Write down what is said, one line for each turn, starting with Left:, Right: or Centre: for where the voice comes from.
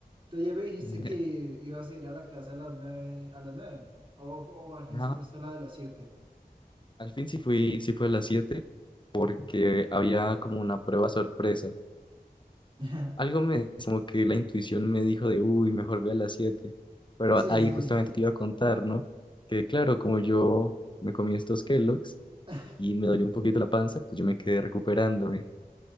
Right: Tú ayer me dijiste
Left: <laughs>
Right: que ibas a ir a la clase a las nueve, a las nueve. O, o al fin
Left: Ajá.
Right: sí fuiste a la de las siete.
Left: Al fin sí fui, sí fue a las 7 porque había como una prueba sorpresa.
Right: <laughs>
Left: Algo me, como que la intuición me dijo de, uy, mejor ve a las siete Pero
Right: Sí,
Left: a- ahí
Right: sí.
Left: justamente te iba a contar, ¿no? Que claro, como yo me comí estos Kellogg's
Right: <laughs>
Left: y me dolió un poquito la panza, pues yo me quedé recuperándome.